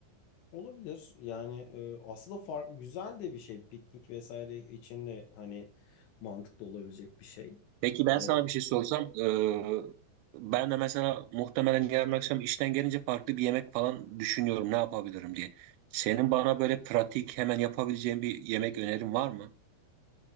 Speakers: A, on the left; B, on the right.
A: Olabilir. Yani e, aslında fark güzel de bir şey. Piknik vesaire için de hani mantıklı olabilecek bir şey.
B: Peki ben
A: E,
B: sana bir şey sorsam, eee, ben de mesela muhtemelen yarın akşam işten gelince farklı bir yemek falan düşünüyorum ne yapabilirim diye. Senin bana böyle pratik hemen yapabileceğin bir yemek önerin var mı?